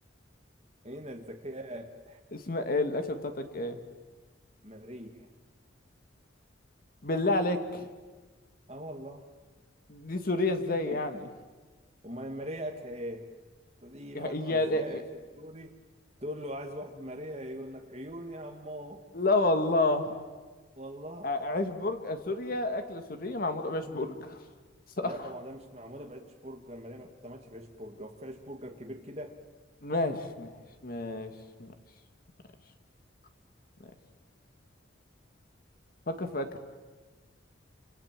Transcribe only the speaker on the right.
هنا الذكاء
مريح
اه والله
<laughs>
امال ماريا اكل ايه دي مطعم
شاش سوري تقول له عايز واحد ماريا يقول لك عيوني يا عمو
والله
لا هو ده مش معموله بعيش برجر ماريا ما بتتعملش بعيش برجر في عيش برجر كبير كده